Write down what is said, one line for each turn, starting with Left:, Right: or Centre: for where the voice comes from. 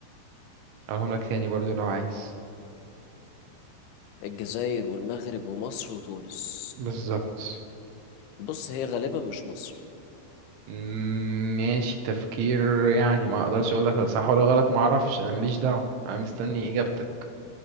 Right: اقولهم لك تاني برضو لو عايز
Left: الجزائر والمغرب ومصر وتونس
Right: بالظبط
Left: بص هي غالبا مش مصر
Right: مم، ماشي تفكير يعني ما اقدرش اقول لك صح ولا غلط ما اعرفش انا ماليش دعوة انا مستني اجابتك